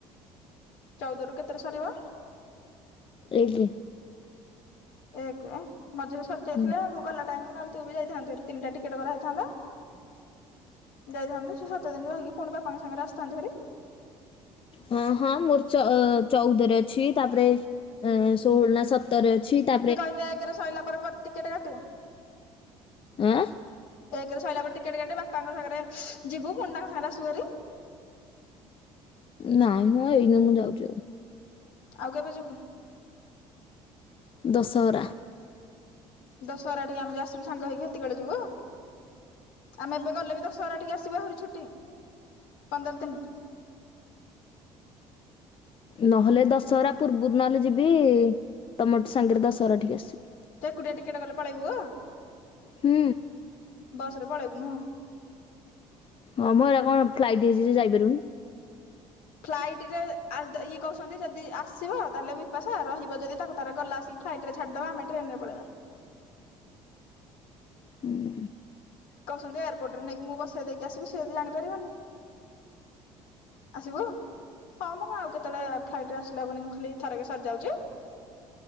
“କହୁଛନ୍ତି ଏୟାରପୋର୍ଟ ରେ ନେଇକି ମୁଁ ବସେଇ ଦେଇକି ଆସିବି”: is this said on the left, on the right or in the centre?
Left